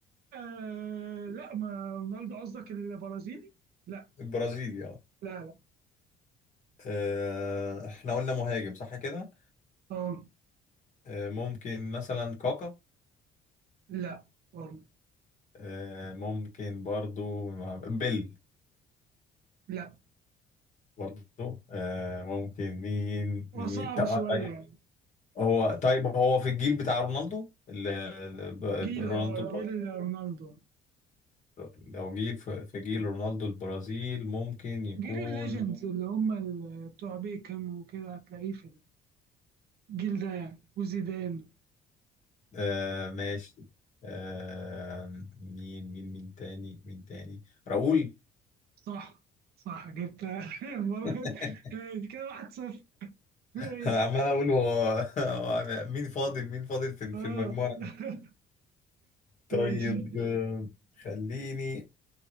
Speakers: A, on the right; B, on the left.
A: آه لا ما رونالدو قصدك البرازيلي لا
B: البرازيلي
A: لا لا
B: آه، احنا قلنا مهاجم صح كده
A: اه
B: آه، ممكن مثلا كاكا
A: لا برضه.
B: آه، ممكن برضو بيل
A: لا
B: برضو آه، ممكن مين
A: هو
B: مين
A: صعب
B: تا-
A: شوية
B: آه، طيب.
A: يعني
B: هو طيب هو في الجيل بتاع رونالدو ال- ال- ب-
A: جيل
B: رونالدو
A: اه
B: البرازيل.
A: جيل رونالدو
B: لو جيل في في جيل رونالدو البرازيل ممكن يكون
A: جيل الليجندز اللي هم ال- بتوع بيكم وكده هتلاقيه في الجيل ده يعني وزيدان
B: آه، ماشي آه، مين مين مين تاني مين تاني راؤول
A: صح صح جبت <laughs> مرة
B: <laughs>
A: آه، كده واحد صفر ماشي
B: <laughs> انا عمال اقول هو <laughs> هو مين فاضل مين فاضل في
A: اه
B: في المجموعه
A: <laughs>
B: دي طيب
A: ماشي
B: آه، خليني